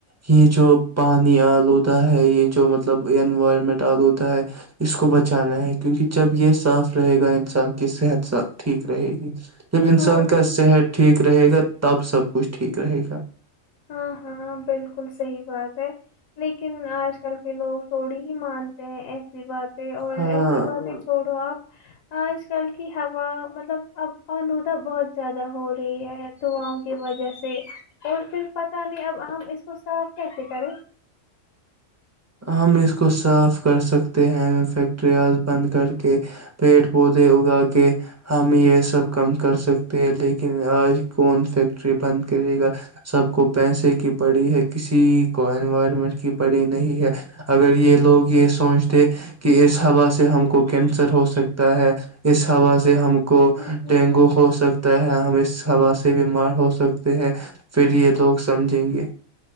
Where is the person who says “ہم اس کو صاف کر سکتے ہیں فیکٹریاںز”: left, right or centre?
Right